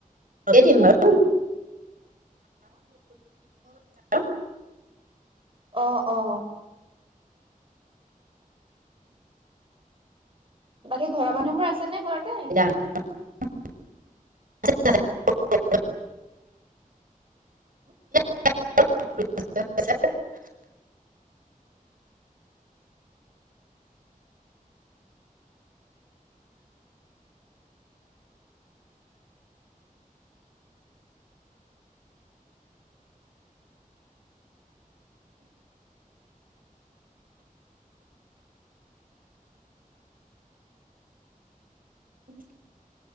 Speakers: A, on the right (about 70°); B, on the right (about 40°).
A: কমতে দিম বাৰু <unintelligible>
B: অ অ বাকী ঘৰৰ মানুহ বোৰ আছে নে ঘৰতে
A: <unintelligible> ছ <unintelligible> উ